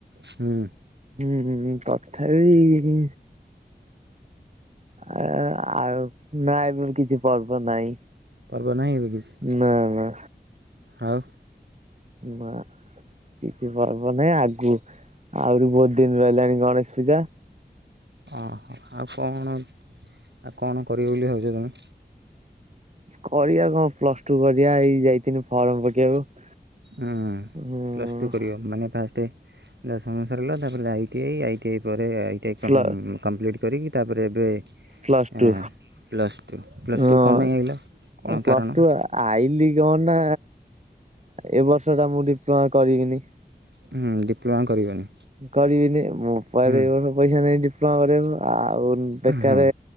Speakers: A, on the right; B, on the right.
A: ହୁଁ
B: ହୁଁ ହୁଁ ତଥାପି ଆ ଆ ଆଉ ନା ଏବେ କିଛି ପର୍ବ ନାଇଁ।
A: ପର୍ବ ନାହିଁ ଏବେ। କିଛି
B: ନା ନା।
A: ଆଉ।
B: ମା। କିଛି ପର୍ବ ନାହିଁ ଆଗୁ ଆହୁରି ବହୁତ ଦିନ ରହିଲାଣି ଗଣେଶ ପୂଜା।
A: ଅହ ଆଉ କଣ ଆଉ କଣ କରିବି ବୋଲି ଭାବଛ ତମେ?
B: କରିବା କଣ ପ୍ଲସ ଟୁ କରିବା ଏଇ ଯାଇଥିନି ଫର୍ମ ପକେଇବାକୁ
A: ହଁ
B: ହୁଁ
A: ପ୍ଲସ୍ ଟୁ କରିବ ମାନେ ଫାଷ୍ଟେ? ଦଶମ ସାରିଲ ତାପରେ ଆଇଟି ଆଇ ଆଇଟିଆଇ ପରେ ଆଇଟିଆଇ କ-କମ୍ପ୍ଲିଟ୍
B: ପ୍ଲ
A: କରିକି ତାପରେ ଏବେ
B: ପ୍ଲସ ଟୁ
A: ଆ ପ୍ଲସ୍ ଟୁ। ପ୍ଲସ୍
B: ହଁ
A: ଟୁ କଣ ପାଇଁ ଆଇଲ କଣ
B: ପ୍ଲସ୍
A: କାରଣ
B: ଟୁ ଆଇଲି କ ନା ଏ ବର୍ଷ ଟା ମୁଁ ଡିପ୍ଲୋମା କରିବିନି।
A: ହୁଁ ଡିପ୍ଲୋମା କରିବନି
B: କରିବିନି ମୋ ପରେ
A: ହୁଁ
B: ପଇସା ନେଇ କର ଆଉ ବେକାର
A: ହଁ